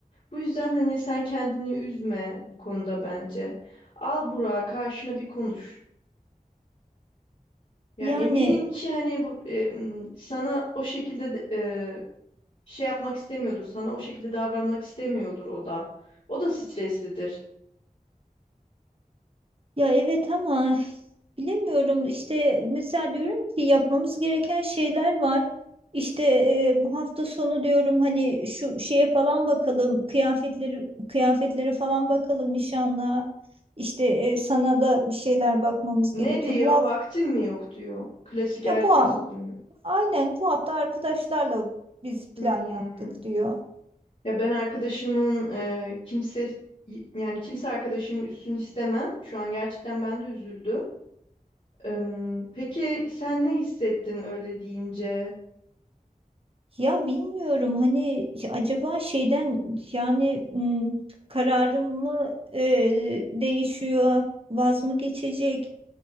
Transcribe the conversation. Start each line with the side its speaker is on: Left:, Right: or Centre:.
Left: Bu yüzden hani sen kendini üzme bu konuda bence. Al Burak'ı karşına bir konuş. Ya
Right: yani
Left: eminim ki hani bu, e, m, sana o şekilde de- e, şey yapmak istemiyordur. Sana o şekilde davranmak istemiyordur o da. O da streslidir.
Right: ya evet ama bilemiyorum işte mesela diyorum ki yapmamız gereken şeyler var. İşte e, bu hafta sonu diyorum hani şu şeye falan bakalım kıyafetleri kıyafetlere falan bakalım nişanlığa. İşte e, sana da bir şeyler bakmamız
Left: Ne
Right: gerekiyor.
Left: diyor?
Right: Bu hafta
Left: Vaktim mi yok diyor. Klasik erkek
Right: ya bu ha-
Left: sözü mü?
Right: aynen bu hafta arkadaşlarla biz plan
Left: Hmm.
Right: yaptık diyor.
Left: Ya ben arkadaşımın e, kimse yani kimse arkadaşımı üzsün istemem. Şu an gerçekten ben de üzüldüm. Em, peki sen ne hissettin öyle deyince?
Right: Ya bilmiyorum hani acaba şeyden yani m, kararım mı e, değişiyor, vaz mı geçecek?